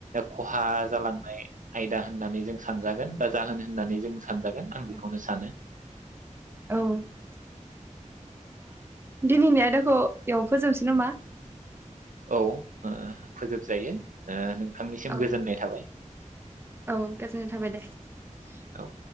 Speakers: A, on the right (about 85°); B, on the right (about 20°).
A: खहा जालांनाय आयदा होननानै सानजागोन बा जाहोन होननानै जों सानजागोन
B: औ
A: आं बेखौनो सानो ।
B: होमबा दिनैनि आयदाखौ एयाव फोजोबनोसै नामा?
A: औ ओ फोजोबजायो ओ नों बिथांनिसिम
B: औ
A: गोजोननाय थाबाय ।
B: औ गोजोननाय थाबाय दे ।
A: औ